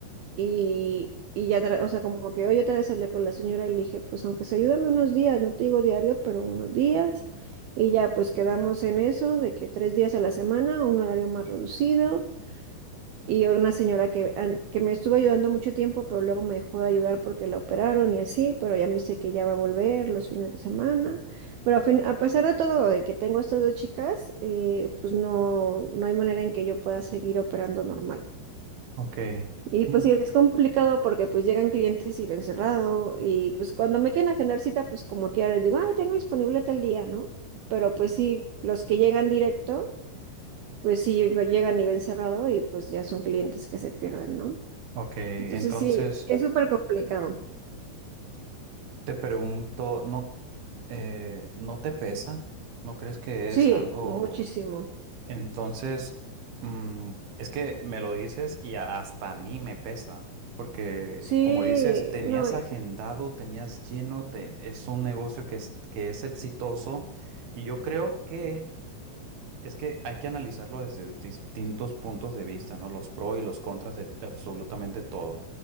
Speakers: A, on the right; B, on the right.
A: Y, y ya, tra- o sea, como que hoy otra vez hablé con la señora y le dije, pues aunque se ayúdame unos días, no te digo diario, pero unos días. Y ya pues quedamos en eso, de que tres días a la semana, un horario más reducido. Y una señora que, an- que me estuvo ayudando mucho tiempo, pero luego me dejó de ayudar porque la operaron y así, pero ya me dice que ya va a volver los fines de semana. Pero a, fin- a pesar de todo, de que tengo estas dos chicas, eh, pues no, no hay manera en que yo pueda seguir operando normal.
B: Ok.
A: Y pues
B: Mm,
A: sí, es complicado porque pues llegan clientes y ven cerrado y pues cuando me quieren agendar cita, pues como quiera les digo, ay, tengo disponible tal día, ¿no? Pero pues sí, los que llegan directo, pues sí me llegan y ven cerrado y pues ya son clientes que se pierden, ¿no?
B: Ok, entonces
A: Entonces sí, es súper complicado.
B: te pregunto, ¿no, eh, no te pesa? ¿No crees que
A: Sí,
B: es algo?
A: muchísimo.
B: Entonces, mm, es que me lo dices y a- hasta a mí me pesa, porque
A: Sí,
B: como dices, tenías
A: no, y-
B: agendado, tenías lleno, te- es un negocio que es, que es exitoso y yo creo que es que hay que analizarlo desde distintos puntos de vista, ¿no? Los pros y los contras de absolutamente todo.